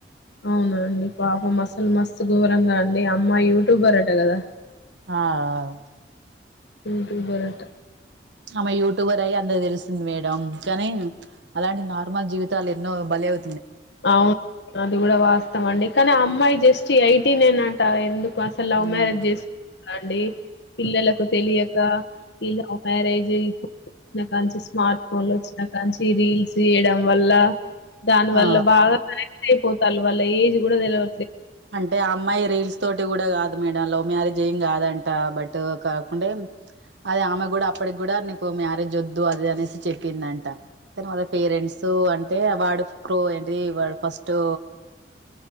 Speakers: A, on the left; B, on the right.
A: అవున అండి పాపం అస్సలు మస్తు ఘోరంగా అండి అమ్మాయి టు బరాట కదా
B: ఆ అవ్
A: యూట్యూబర్ అంట
B: ఆమే యూట్యూబర్ అయి అందరికి మేడం <unintelligible> కానీ అలాంటి నార్మల్ జీవితాలు ఎన్నో బలవు
A: అవును అది కూడా వాస్తవం అండి కానీ ఆ అమ్మాయి జస్ట్ ఏ ఐటి నే నట ఎందుకు అసలు లవ్
B: ఉమ్
A: మ్యారేజ్ చేసుకు <unintelligible> అండి పిల్లలకు తెలియక ఈ లవ్ మ్యారేజి ఫో <unintelligible> వచ్చినకానుండ్చి స్మార్ట్ ఫోన్లు వచ్చిన కాంచి రీల్స్ తీయడం వల్ల దాని వల్ల
B: ఆ
A: బాగ అయిపోతాల్ వాళ్ళ ఏజ్ కూడా తెల్వ
B: అంటే ఆ అమ్మాయి రీల్స్ తోటి కూడా కాదు మేడం లవ్ మ్యారేజ్ ఏం కాదంట బట్ కాకుండా అది ఆమె కూడా అప్పటికి కూడా నీకు మ్యారేజ్ వద్దు అది అనేసి చెప్పిందంట తర్వాత పేరెంట్స్ అంటే వాడుప్పుో ఏంటి వాడు ఫస్టు